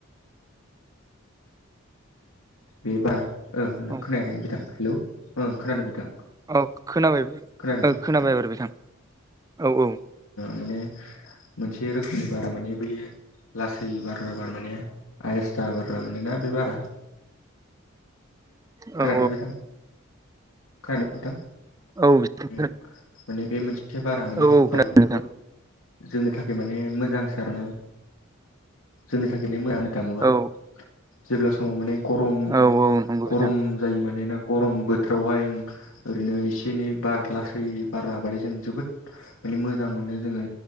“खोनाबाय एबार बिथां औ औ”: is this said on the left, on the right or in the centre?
Right